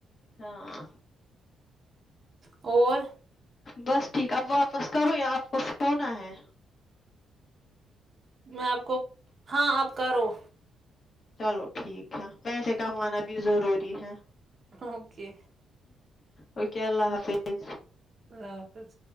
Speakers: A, on the left; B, on the right.
A: ہاں
B: اور
A: بس ٹھیک اب واپس کرو یا آپ کو سونا ہے
B: میں آپ کو ہاں آپ کرو
A: چلو ٹھیک ہے پیسے کمانا بھی ضروری ہے
B: اوکے
A: اوکے اللہ حافظ
B: اللہ حافظ